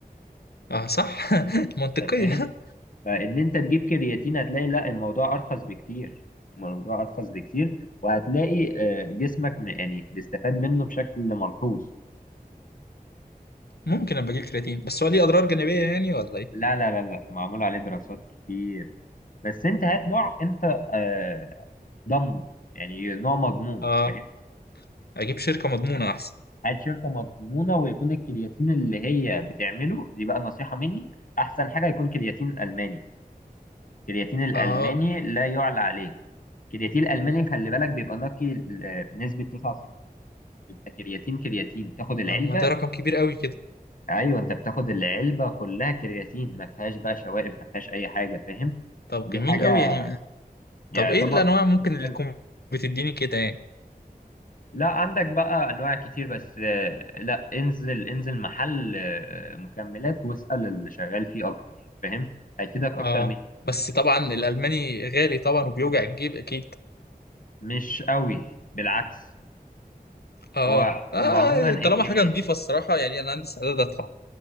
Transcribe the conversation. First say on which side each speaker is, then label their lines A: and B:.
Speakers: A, on the left; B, on the left.
A: اه صح <laughs> منطقيه
B: انت فاهم فان انت تجيب كرياتين هتلاقي لا الموضوع ارخص بكتير الموضوع ارخص بكتير وهتلاقي آه، جسمك م- يعني بيستفاد منه بشكل ملحوظ
A: ممكن ابقى اجيب كرياتين بس هو ليه اضرار جانبيه يعني ولا ايه
B: لا لا لا لا معمول عليه دراسات كتير بس انت هات نوع انت آه، ضامنه يعني نوع مضمون
A: اه
B: فاهم
A: اجيب شركه مضمونه احسن
B: هات شركة مضمونة ويكون الكرياتين اللي هي بتعمله دي بقى نصيحة مني احسن حاجة يكون كرياتين ألماني الكرياتين الألماني
A: اه
B: لا يعلى عليه الكرياتين الألماني خلي بالك بيبقى نقي ل- بنسبة 99 يبقى كرياتين كرياتين تاخد العلبة
A: آه، ما ده رقم كبير قوي كده
B: ايوه انت بتاخد العلبة كلها كرياتين ما فيهاش بقى شوائب ما فيهاش اي حاجة فاهم
A: طب
B: دي
A: جميل
B: حاجة
A: قوي يعني
B: يعتبر
A: طب ايه الانواع ممكن اللي
B: حلوة.
A: تكون بتديني كده يعني
B: لا عندك بقى انواع كتير بس آه، لا انزل انزل محل آه، مكملات واسأل اللي شغال فيه اكتر فاهم هيفيدك اكتر
A: اه
B: مني
A: بس طبعا الالماني غالي طبعا وبيوجع الجيب اكيد
B: مش قوي بالعكس
A: اه
B: هو
A: اه
B: هو عموما الكرياتين
A: طالما حاجه نظيفه الصراحه يعني انا عندي استعداد ادفع